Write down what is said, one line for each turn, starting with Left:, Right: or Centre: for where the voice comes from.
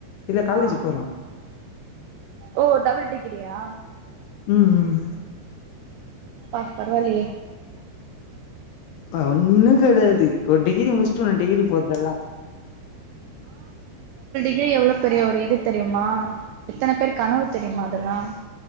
Left: இல்ல காலேஜ்
Right: ஆ
Left: போறா
Right: ஓ டபிள் டிக் கிரியா
Left: உம் உம்
Right: அப்பா பரவாஇல்லயே
Left: உஹ ஒண்ணும் கிடையாது ஒரு டிகிரி முச்சட்டு ஒன்னு டிகிரி போதெல்லாம்
Right: ரி எவ்வளவு பெரிய ஒரு இது தெரியுமா எத்தனை பேர் கனவு தெரியுமா அதெல்லாம்